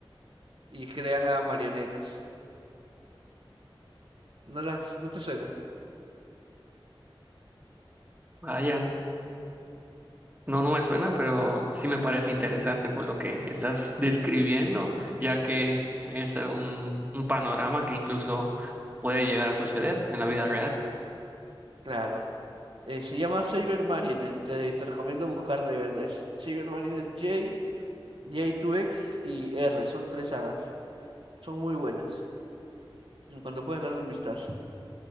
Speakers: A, on the right (about 70°); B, on the right (about 20°).
A: y crean a marionetas. ¿No las, no te suena?
B: Vaya, no, no me suena, pero sí me parece interesante por lo que estás describiendo, ya que es un, un panorama que incluso puede llegar a suceder en la vida real.
A: Claro. Eh, se llama Saber Marionette, te, te recomiendo buscarla y verla. Es Saber Marionette J, J2X y R, son tres sagas. Son muy buenas. En cuanto puedas darle un vistazo.